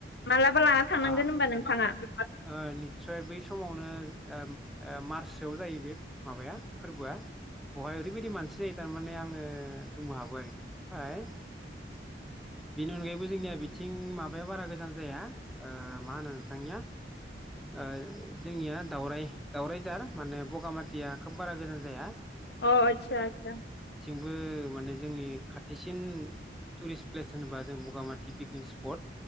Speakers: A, on the left; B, in the centre.
A: मालाबा लाना थांनांगोन
B: आ
A: होनबा नोंथाङा <inaudible>
B: ओ नि सय बै समावनो ओ ओ मार्चसोआव जायो बे माबाया फोरबोआ बहाय ओरैबायदि मानसि जायो थारमाने आं ओ गोमो हाबो आरोखि ओमफ्राय बेनि अनगायैबो जोंनिया बिथिं माबाया बारा गोजान जाया ओ मा होनो नोंथांनिया ओ जोंनिया दावराय दावरायझार माने बगामाटिया खोब बारा गोजान जाया
A: अ आतसा आतसा
B: बो माने जोंनि खाथिसिन टुरिस्ट प्लेस होनोबा जों बगामाथि पिकनिक स्पट